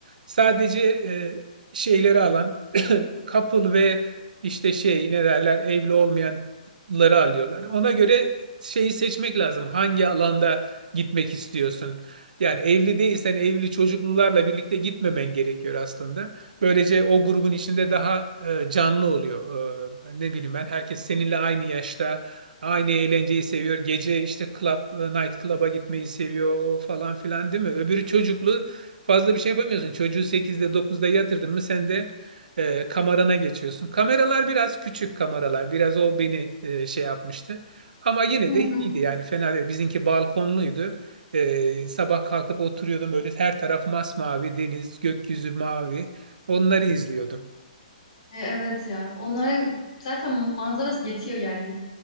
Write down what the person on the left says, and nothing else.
Hı hı.
E, Evet ya. Onlara zaten manzarası yetiyor yani.